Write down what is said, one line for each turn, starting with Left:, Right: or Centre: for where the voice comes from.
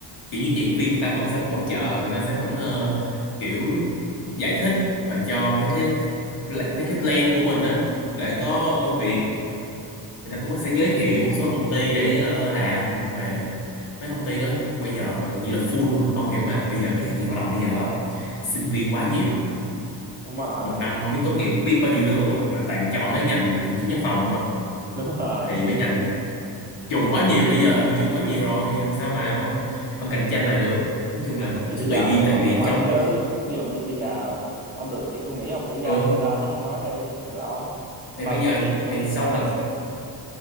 Left: kiểu như diễn viên người ta vẫn sẽ hỗ trợ người ta sẽ vẫn ờ, kiểu giải thích và cho mấy cái pla- mấy cái plan của mình á để có công việc người ta cũng sẽ giới thiệu cho một số công ty để ờ, làm nhưng mà mấy công ty đó bây giờ gần như là full rồi ông hiểu mà bây giờ cái thị trường lao động bây giờ sinh viên quá nhiều
Right: đúng rồi
Left: một năm không biết tốt nghiệp biết bao nhiêu đứa luôn mà toàn chọn mấy ngành hành chính văn phòng không à
Right: đúng rồi
Left: thì mấy ngành dùng quá nhiều bây giờ thị trường quá nhiều rồi thì làm sao mà ông ông cạnh tranh lại được nói chung là cũng
Right: vậy
Left: sẽ
Right: bây
Left: tùy
Right: giờ ông
Left: duyên
Right: phải
Left: tại
Right: có
Left: vì
Right: kế hoạch
Left: trong
Right: chứ ví dụ như bây giờ ông được thì tôi nghĩ ông thử
Left: ừ,
Right: ra intern giống ông nói đi được không
Left: thì
Right: nhưng mà
Left: bây giờ
Right: phải kiếm được chỗ
Left: thì
Right: intern
Left: sau đợt
Right: nữa